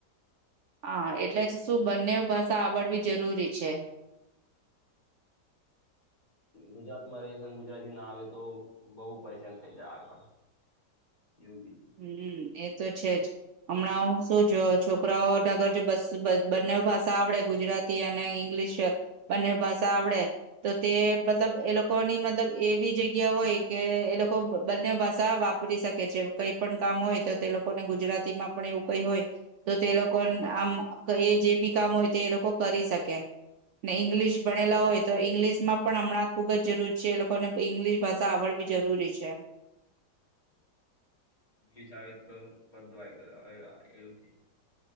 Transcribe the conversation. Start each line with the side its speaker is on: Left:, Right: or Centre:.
Right: હા એટલે જ શું બંને ભાષા આવડવી જરૂરી છે
Left: ગુજરાત માં રહીશ અને ગુજરાતી ના આવે તો બહુ પરેશાન થઈ જાય આગળ એવું બી છે
Right: હમ્મ એ તો છે જ હમણાં શું જો છોકરાઓ નગર જો બસ બંને ભાષા આવડે ગુજરાતી અને ઈંગ્લિશ બંને ભાષા આવડે તો તે મતલબ એ લોકોની મતલબ એવી જગ્યા હોય કે એ લોકો બંને ભાષા વાપરી શકે છે કઈ પણ કામ હોય તો તે લોકોને ગુજરાતીમાં પણ એવું કઈ હોય તો તે લોકો આમ એ જે બી કામ હોય તે એ લોકો કરી શકે ને ઈંગ્લિશ ભણેલા હોય તો ઈંગ્લિશ માં પણ હમણાં ખૂબ જ જરૂરી છે એ લોકોને ઈંગ્લશ ભાષા આવડવી જરૂરી છે
Left: ઇંગલિશ આવી તો બધું આવી ગયો હવે આ એવું છે